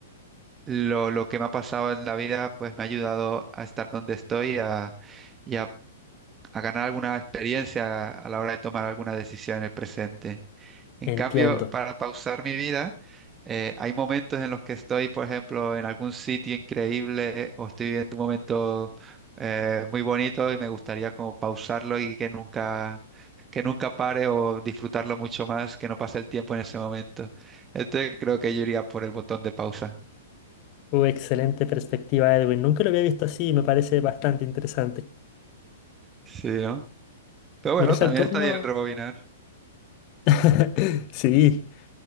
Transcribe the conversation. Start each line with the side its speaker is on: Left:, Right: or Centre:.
Right: lo, lo que me ha pasado en la vida pues me ha ayudado a estar donde estoy y a y a, a ganar alguna experiencia a la hora de tomar alguna decisión en el presente. En
Left: Entiendo.
Right: cambio, para pausar mi vida, eh, hay momentos en los que estoy, por ejemplo, en algún sitio increíble o estoy viendo un momento eh, muy bonito y me gustaría como pausarlo y que nunca, que nunca pare o disfrutarlo mucho más, que no pase el tiempo en ese momento. Entonces creo que yo iría por el botón de pausa.
Left: Uh, excelente perspectiva, Edwin. Nunca lo había visto así y me parece bastante interesante.
Right: Sí, ¿no? Pero bueno,
Left: Mira, es
Right: también
Left: el turno?
Right: está ahí el rebobinar.
Left: <laughs> Sí.